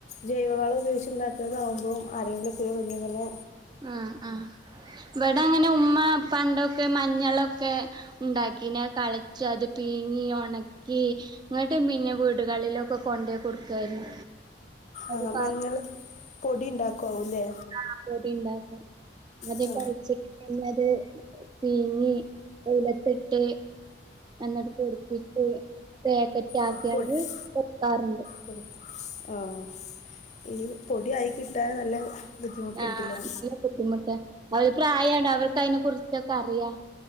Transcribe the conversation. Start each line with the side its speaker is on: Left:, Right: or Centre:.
Left: ജൈവവളം ഉപയോഗിച്ച് ഉണ്ടാക്കുന്നതാകുമ്പം ആരെങ്കിലും <unintelligible> വന്ന് ഇങ്ങനെ
Right: ആഹ് ആ ഇവിടെ അങ്ങനെ ഉമ്മ പണ്ടൊക്കെ മഞ്ഞളൊക്കെ ഉണ്ടാക്കീനെ കളച്ച് അത് പീങ്ങി ഉണക്കി ഇങ്ങോട്ട് പിന്നെ വീടുകളിലൊക്കെ കൊണ്ട് പോയി കൊടുക്കായിരുന്നു ഒരു
Left: ആഹ്
Right: പാ
Left: മഞ്ഞൾ പൊടി ഉണ്ടാക്കാവുംല്ലേ
Right: ആഹ് പൊടീണ്ടാക്കും അത്കളച്ചിട്ട്
Left: ആ
Right: പിന്നത് പീങ്ങി വെയിലത്തിട്ട് നന്നായിട്ട് പൊടിപ്പിച്ച് പാക്കറ്റ് ആക്കിയാണ്ട്
Left: ആഹ് പൊടിച്ച്
Right: കൊടുക്കാറുണ്ട്
Left: പൊടിച്ച് ആഹ് ഈ പൊടിയായി കിട്ടാൻ നല്ല ബുദ്ധിമുട്ടുണ്ടല്ലേ
Right: ആഹ് നല്ല ബുദ്ധിമുട്ട് അവര് പ്രായണ്ട് അവർക്ക് അതിനെ കുറിച്ചൊക്കെ അറിയാ